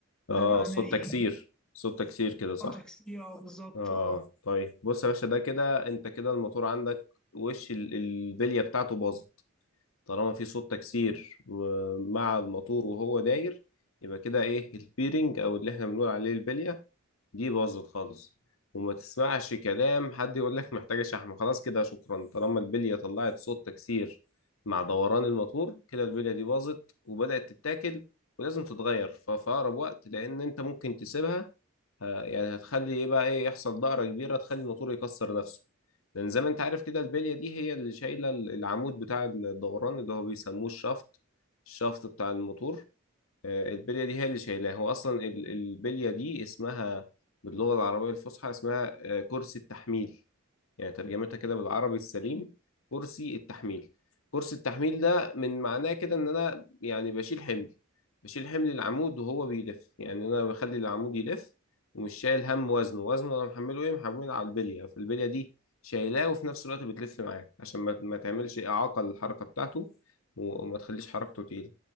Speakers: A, on the left (about 70°); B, in the centre.
A: اه
B: ده معناه
A: صوت
B: إيه؟
A: تكسير صوت تكسير كده صح
B: اه تاكسي اه بالظبط
A: اه
B: اه
A: طيب بص يا باشا ده كده انت كده الموتور عندك وش ال- البليه بتاعته باظت طالما في صوت تكسير و- مع الموتور وهو داير يبقى كده ايه البيرنج او اللي احنا بنقول عليه البليه دي باظت خالص وما تسمعش كلام حد يقول لك محتاجة شحم خلاص كده شكرا طالما البلية طلعت صوت تكسير مع دوران الموتور كده البلية دي باظت وبدأت تتاكل ولازم تتغير ف- في أقرب وقت لأن أنت ممكن تسيبها ه- يعني هتخلي إيه بقى إيه يحصل دائرة كبيرة تخلي الموتور يكسر نفسه لأن زي ما أنت عارف كده البلية دي هي اللي شايلة ال- العمود بتاع الدوران اللي هو بيسموه الشافت الشافت بتاع الموتور آه، البليه دي هي اللي شايلاه هو اصلا ال- البليه دي اسمها باللغه العربيه الفصحى اسمها آه، كرسي التحميل يعني ترجمتها كده بالعربي السليم كرسي التحميل كرسي التحميل ده من معناه كده ان انا يعني بشيل حمل بشيل حمل العمود وهو بيلف يعني انا بخلي العمود يلف ومش شايل هم وزنه وزنه انا محمله ايه محمله على البليه فالبليه دي شايلاه وفي نفس الوقت بتلف معاك عشان ما ما تعملش اعاقه للحركه بتاعته و- وما تخليش حركته تقيله